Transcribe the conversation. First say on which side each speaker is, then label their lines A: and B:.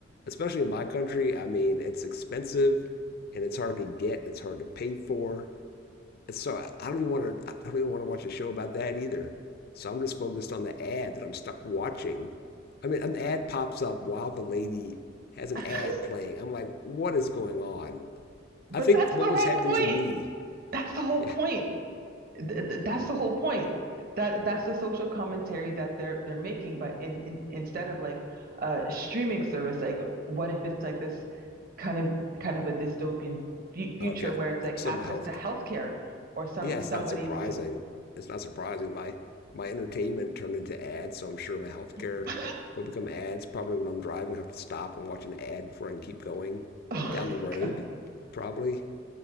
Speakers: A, on the left; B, on the right.
A: Especially in my country. I mean, it's expensive and it's hard to get, it's hard to pay for. And so I don't even want to. I don't even want to watch a show about that either. So I'm just focused on the ad that I'm stuck watching. I mean, an ad pops up while the lady has an
B: <laughs>
A: ad playing. I'm like, what is going on?
B: But
A: I think
B: that's
A: what
B: the whole
A: was happening
B: point.
A: to me.
B: That's the whole
A: Yeah.
B: point. th th- that's the whole point. That that's the social commentary that they're they're making, but in, in instead of like a streaming service, like what if it's like this kind of kind of a dystopian fu future
A: Okay.
B: where it's like
A: Some
B: access
A: of health.
B: to healthcare or some
A: Yeah,
B: somebody's
A: it's not surprising.
B: some,
A: It's not surprising. My my entertainment turned into ads, so I'm sure my healthcare
B: <laughs> oh
A: will become ads. Probably when I'm driving, I have to stop and watch an ad before I can keep going
B: my
A: down the road.
B: God.
A: Probably.